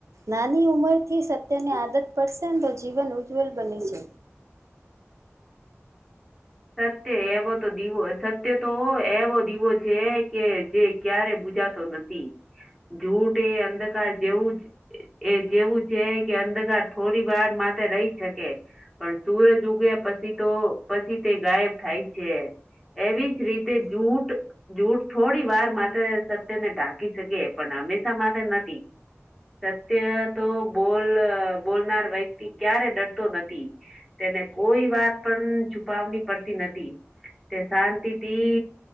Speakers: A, on the right; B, in the centre.
A: નાની ઉંમરથી સત્યની આદત પડશે તો જીવન ઉજ્જવલ બની છે.
B: સત્ય એવો તો દીવો સત્ય તો એવો દીવો છે કે જે ક્યારે બુજાતો નથી. જૂઠ એ અંધકાર જેવું જ એ જેવું છે કે અંધકાર થોડી વાર માટે રહી શકે. પણ સૂરજ ઉગે પછી તો પછી તે ગાયબ થાય છે. એવી જ રીતે જૂઠ જૂઠ થોડી વાર મા સત્યને ઢાંકી શકે પણ હંમેશા માથે નથી. સત્ય તો બોલ બોલનાર વ્યક્તિ ક્યારે ડરતો નથી. તેને કોઈ વાત પણ છુપાવની પડતી નથી. તે શાંતિથી